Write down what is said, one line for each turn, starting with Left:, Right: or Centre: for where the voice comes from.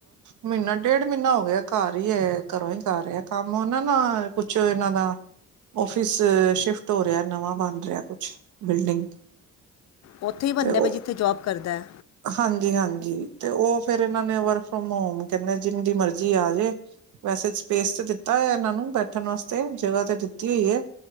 Right: ਮਹੀਨਾ ਡੇਢ ਮਹੀਨਾ ਹੋ ਗਿਆ ਘਰ ਹੀ ਹੈ ਘਰੋਂ ਹੀ ਕਰ ਰਿਹਾ ਕੰਮ ਉਹ ਨਾ ਨਾ ਕੁਛ ਇਹਨਾਂ ਦਾ ਆਫ਼ਿਸ ਸ਼ਿਫਟ ਹੋ ਰਿਹਾ ਨਵਾਂ ਬਣ ਰਿਹਾ ਕੁਛ ਬਿਲਡਿੰਗ
Left: ਉੱਥੇ ਹੀ ਬਣਦਾ
Right: ਤੇ ਉਹ
Left: ਪਯਾ, ਜਿੱਥੇ ਜੋਬ ਕਰਦਾ
Right: ਹਾਂਜੀ ਹਾਂਜੀ ਤੇ ਉਹ ਫੇਰ ਇਹਨਾਂ ਨੇ ਵਰਕ ਫਰੋਮ ਹੋਮ ਕਹਿੰਦੇ ਜਿੰਦੀ ਮਰਜੀ ਆ ਜੇ ਵੈਸੇ ਸਪੇਸ ਤੇ ਦਿੱਤਾ ਇਹਨਾਂ ਨੂੰ ਬੈਠਣ ਵਾਸਤੇ ਜਗ੍ਹਾ ਤੇ ਦਿੱਤੀ ਹੋਈ ਹੈ